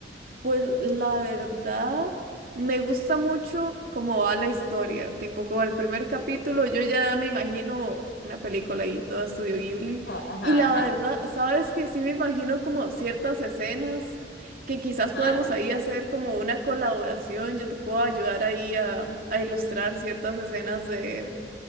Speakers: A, on the right (about 55°); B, on the left (about 85°).
A: Pues la verdad, me gusta mucho cómo va la historia, tipo como el primer capítulo, yo ya me imagino una película ahí, todo Estudio Ghibli,
B: Ajá, ajá,
A: y la
B: ajá.
A: verdad, sabes que sí me imagino como ciertas escenas que quizás
B: ajá.
A: podemos ahí hacer como una colaboración, yo te puedo ayudar ahí a, a ilustrar ciertas escenas de,